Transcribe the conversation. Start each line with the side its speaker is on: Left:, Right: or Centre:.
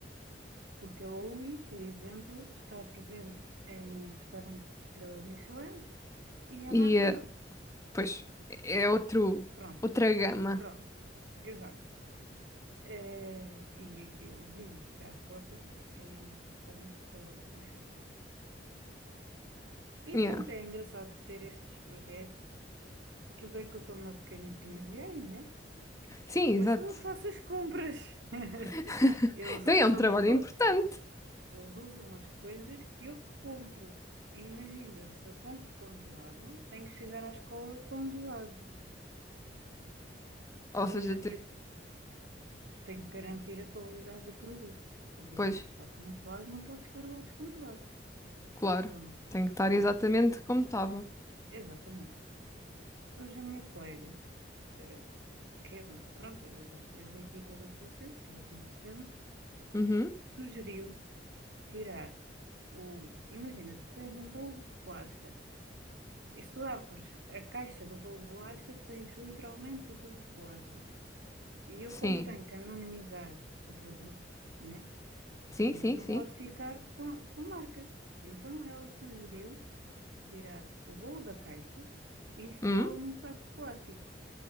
Right: Porque a Ui, por exemplo, está presente em restaurantes de estrela Michelin e
Left: E,
Right: a Macro
Left: eh,
Right: não.
Left: pois, é outro,
Right: Pronto,
Left: outra gama.
Right: pronto, exato. É, e eu vi já a foto em restaurantes de Michelin. E
Left: Yeah.
Right: pronto, é engraçado ter estes projetos. Tudo bem que eu sou uma pequena intermediária, né?
Left: Sim,
Right: Mas
Left: exato.
Right: sou eu que faço as compras. <laughs>
Left: <laughs>
Right: Eles
Left: Então
Right: usam
Left: é um trabalho
Right: as, co-
Left: importante.
Right: eles usam as coisas que eu compro. E imagina, se eu compro congelado, tenho que chegar à escola congelado.
Left: Ou seja,
Right: Hoje a
Left: te-
Right: minha tenho que garantir a qualidade do produto. O produto
Left: pois,
Right: está congelado, não pode chegar lá descongelado.
Left: claro,
Right: Pronto,
Left: tem que estar
Right: né?
Left: exatamente como estava.
Right: Exatamente. Hoje a minha colega, eh, que é, pronto, eh, da equipa do Fulcense, que é assim que se chama,
Left: Uhum,
Right: sugeriu tirar o. Imagina, tu tens um bolo de bolacha. E se tu abres a caixa do bolo de bolacha, tens literalmente o bolo de bolacha. E eu,
Left: sim.
Right: como tenho que anonimizar o produto, né?
Left: Sim,
Right: O produto
Left: sim,
Right: não
Left: sim.
Right: pode ficar com, com a marca. Então ela sugeriu tirar o bolo da caixa e injetá-lo
Left: Hum,
Right: num saco de plástico.